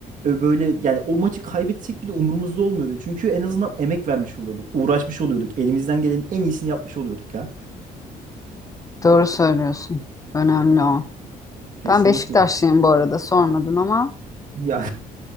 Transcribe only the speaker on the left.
Doğru söylüyorsun. Önemli o.
Ben Beşiktaşlıyım bu arada sormadın ama